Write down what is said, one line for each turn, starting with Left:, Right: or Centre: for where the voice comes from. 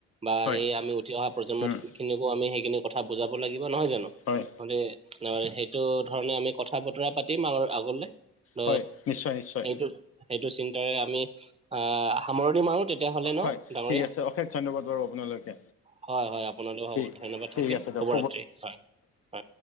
Right: বা
Left: হয়।
Right: সেই আমি উঠি অহা প্ৰজন্ম
Left: উম
Right: খিনিকো আমি সেইখিনি কথা বুজাব লাগিব নহয় জানো।
Left: হয়
Right: মানে সেইটো ধৰণে আমি কথা বতৰা পাতিম আৰু আগলে। ত
Left: হয় নিশ্চয় নিশ্চয়
Right: এইটো সেইটো চিন্তাৰে আমি আহঁ সামৰণি মাৰো। তেতিয়াহ'লে ন
Left: হয়
Right: ডাঙৰীয়া?
Left: ঠিক আছে অশেষ ধন্যবাদ বাৰু আপোনালৈকে।
Right: হয় হয় আপোনালৈও
Left: ঠিক
Right: হ'ব ধন্যবাদ
Left: ঠিক
Right: থাকিল
Left: আছে দিয়ক
Right: শুভৰাত্ৰি হয়। হয়।